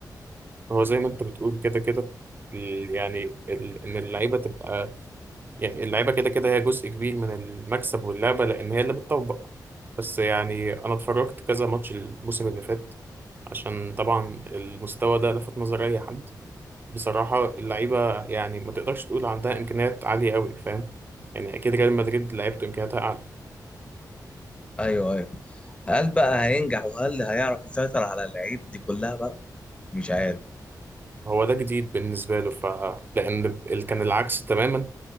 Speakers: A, on the right; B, on the left.
A: هو زي ما انت بتقول كده كده ال- يعني ال- ان اللعيبه تبقى يعني اللعيبه كده كده هي جزء كبير من المكسب واللعبه لان هي اللي بتطبق بس يعني انا اتفرجت كذا ماتش الموسم اللي فات عشان طبعا المستوى ده لفت نظر اي حد بصراحة اللعيبة يعني ما تقدرش تقول عندها إمكانيات عالية أوي فاهم يعني أكيد ريال مدريد لعيبته إمكانياتها أعلى
B: ايوه ايوه هل بقى هينجح وهل هيعرف يسيطر على اللعيبه دي كلها بقى مش عارف
A: هو ده جديد بالنسبة له ف لأن ال- كان العكس تماما